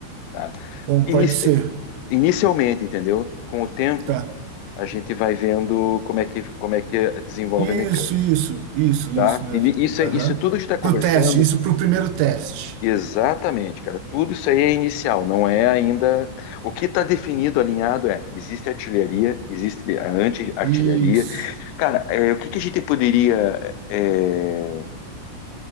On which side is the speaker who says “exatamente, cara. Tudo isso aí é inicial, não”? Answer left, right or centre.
Left